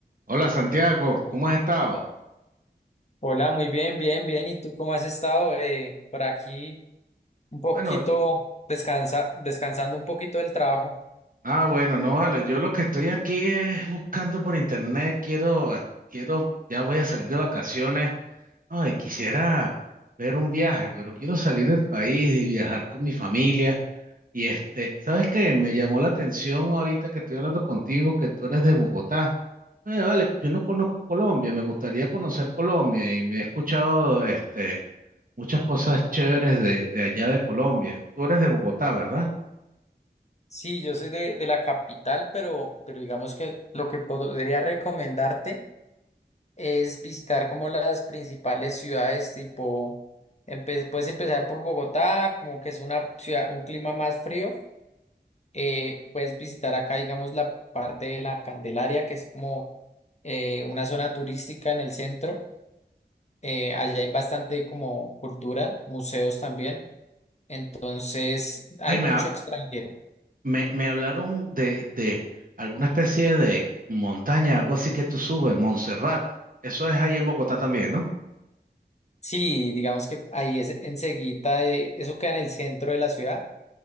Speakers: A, on the right; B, on the left.
A: Hola Santiago, ¿cómo has estado?
B: Hola, muy bien, bien, bien. ¿Y tú cómo has estado? Eh, por aquí un poquito
A: Bueno,
B: descansa, descansando un poquito del trabajo.
A: ah, bueno, no vale, yo lo que estoy aquí es buscando por internet, quiero, quiero, ya voy a salir de vacaciones, ay, quisiera ver un viaje, pero quiero salir del país y viajar con mi familia. Y este, ¿sabes qué? Me llamó la atención ahorita que estoy hablando contigo, que tú eres de Bogotá. Eh, vale, yo no conozco Colombia, me gustaría conocer Colombia y me he escuchado, este, muchas cosas chéveres de, de allá de Colombia. Tú eres de Bogotá, ¿verdad?
B: Sí, yo soy de, de la capital, pero, pero digamos que lo que podría recomendarte es visitar como las principales ciudades, tipo, empe- puedes empezar por Bogotá, como que es una ciudad, un clima más frío. Eh, puedes visitar acá, digamos, la parte de la Candelaria, que es como eh, una zona turística en el centro eh, allá hay bastante como cultura, museos también, entonces hay
A: Ay, me,
B: mucho
A: ha-
B: extranjero.
A: me, me hablaron de, de alguna especie de montaña, algo así que tú subes, Montserrat. Eso es ahí en Bogotá también, ¿no?
B: Sí, digamos que ahí es enseguida, eh, eso queda en el centro de la ciudad,